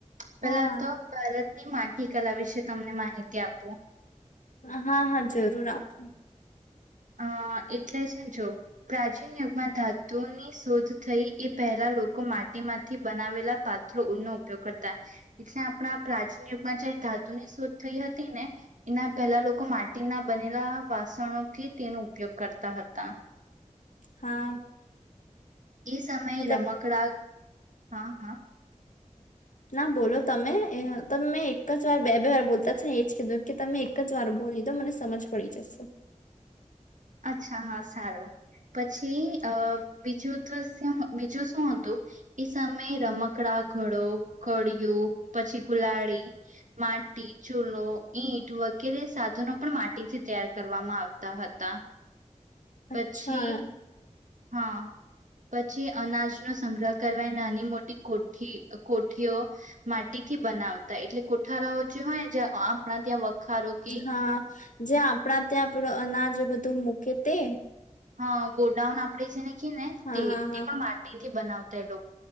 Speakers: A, on the right; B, on the left.
A: પેલા
B: હા
A: તો ભારતની માટી કલા વિશે તમને માહિતી આપો
B: હા હા જરૂર આપો
A: અ એટલે છે જો પ્રાચીન યુગમાં ધાતુની શોધ થઈ એ પહેલા લોકો માટીમાંથી બનાવેલા પાત્રો નનો ઉપયોગ કરતા એટલે આપણા પ્રાચીન યુગમાં જે ધાતુની શોધ થઈ હતી ને એના પહેલા લોકો માટીના બનેલા વાસણો થી તેનો ઉપયોગ કરતા હતા
B: હા
A: એ સમયે
B: એટલે
A: રમકડા હા હા
B: ના બોલો તમે તમે મેં એક જ વાર બે બે વાર બોલતા છેો ને એજ કીધું કે તમે એક જ વાર બોલી દો મને સમજ પડી જશે
A: અચ્છા હા સારો પછી અ બીજું તો બીજું શું હતું એ સામે રમકડા ઘડો કળિયો પછી કુલાડીી માટી ચૂલો ઈટ વગેરે સાધનો પણ માટીથી તૈયાર કરવામાં આવતા હતા પછી
B: અચ્છા
A: હા પછી અનાજનોો સંગ્રહ કરવા એ નાની મોટી કોઠી કોઠીઓ માટીથી બનાવતા એટલે કોઠારાઓ જે હોયને આપણા ત્યાં વખારો કે
B: હા જે આપણા ત્યાં આપું અનાજ એ બધું મૂકે તે
A: હા ગોડાઉન આપડે છે ને ને
B: હા
A: તે
B: હા
A: તે
B: હા
A: પણ માટીથી બનાવતા લોકો